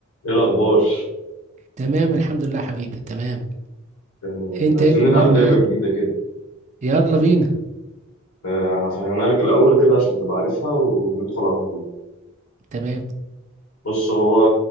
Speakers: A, on the left; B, on the right.
A: ايه الاخبار
B: تمام الحمد لله يا حبيبي تمام
A: آه،
B: انت
A: عايزين
B: ايه الاخبار
A: نلعب
B: معاك
A: لعبه جديده كده
B: يلا بينا
A: آه، هفهمها لك الاول كده عشان تبقى عارفها وندخل على طول
B: تمام
A: بص هو